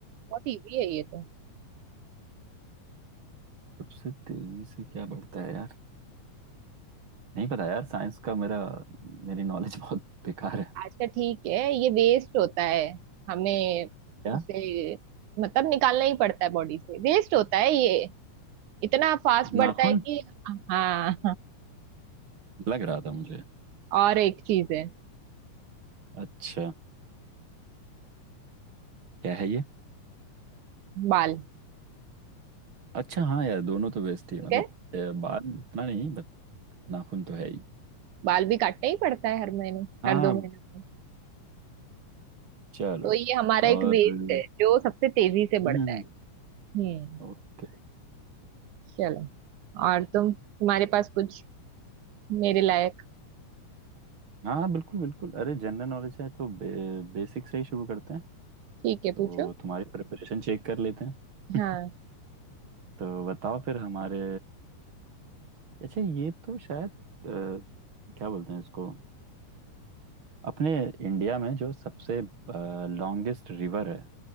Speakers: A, on the right; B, on the right.
A: बहुत इजी है ये तो।
B: सबसे तेजी से क्या बढ़ता है यार नहीं पता यार साइंस का मेरा मेरी नॉलेज <laughs> बहुत बेकार है
A: अच्छा ठीक है ये वेस्ट होता है हमें
B: क्या
A: उसे मतलब निकालना ही पड़ता है बॉडी से वेस्ट होता है ये इतना फास्ट बढ़ता
B: नाखून
A: है कि हाँ
B: लग रहा था मुझे
A: <laughs> और एक चीज है
B: अच्छा क्या है ये
A: बाल
B: अच्छा हाँ यार दोनों तो बेस्ट ही है
A: ठीक
B: मतलब
A: है
B: अ, बाल उतना नहीं बट नाखून तो है ही
A: बाल भी काटना ही पड़ता है हर महीने
B: हाँ
A: हर दो महीने में
B: चलो
A: तो ये हमारा
B: और
A: एक वेस्ट है जो सबसे तेजी से बढ़ता
B: हम्म
A: है हम्म
B: ओके
A: चलो और तुम तुम्हारे पास कुछ मेरे लायक
B: हाँ बिल्कुल बिल्कुल अरे जनरल नॉलेज है तो बे, बेसिक से ही शुरू करते हैं
A: ठीक है
B: तो
A: पूछो
B: तुम्हारी प्रिपरेशन चेक कर लेते हैं
A: हाँ
B: <laughs> तो बताओ फिर हमारे अच्छा ये तो शायद अ, क्या बोलते हैं इसको अपने इंडिया में जो सबसे लॉन्गेस्ट रिवर है